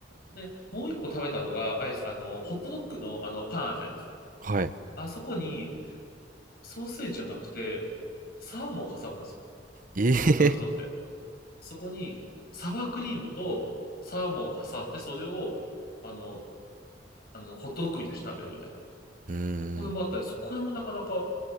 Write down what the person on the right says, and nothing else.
はい。
ええ
<laughs>
うーん。